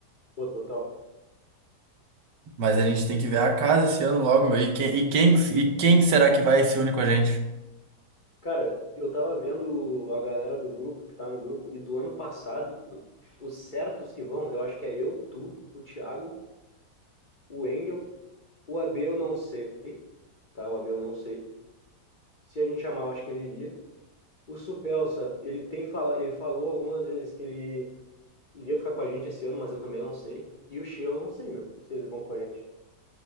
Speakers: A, on the left (about 30°); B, on the right (about 80°).
A: Pô, total.
B: Mas a gente tem que ver a casa esse ano logo, meu. E quem, e quem, e quem será que vai se unir com a gente?
A: Cara, eu tava vendo a galera do grupo, que tá no grupo, e do ano passado, os certos que vão, eu acho que é eu, tu, o Thiago, o Engel, o AB eu não sei, tá? O AB eu não sei. Se a gente chamar, eu acho que ele iria. O Supelsa, ele tem fala, ele falou algumas vezes que ele iria ficar com a gente esse ano, mas eu também não sei. E o Shea eu não sei, meu, se eles vão com a gente.